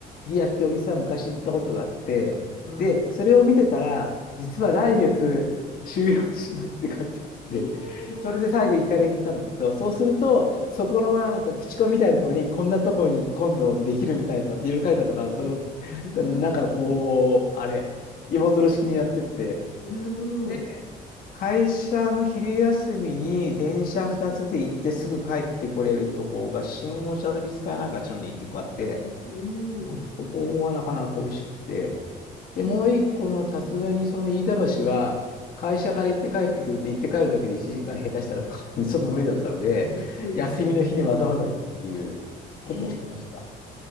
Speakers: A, on the left; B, on the left.
A: ディアってお店は昔行ったことがあって、
B: はい。
A: で、それを見てたら、実は来月終了しますって書いてあって、
B: ええ
A: それで最後一回だけ行ったんですけど、そうすると、そこのなんか口コミみたいなところに、こんなところに今度できるみたいとかっていろいろ書いてあったから、
B: ーはい。
A: それを、
B: あ、なるほど。
A: なんかこう、あれ、芋づる式にやってって、
B: なるほど。
A: で。会社の昼休みに電車2つで行ってすぐ帰ってこれるとこが新御茶ノ水かなんかあっちの方に一個あって、
B: うん、う
A: うん、
B: ん。
A: そこもなかなか美味しくて。
B: へえ。
A: で、もう一個のさすがにその飯田橋は会社から行って帰ってくると行って帰るだけで1時間下手したらかかるんでちょっと無理だったので、
B: あ、<laughs> 遠いですね。
A: 休みの日にわざわざ行くっていうことをしてました。
B: うん。へ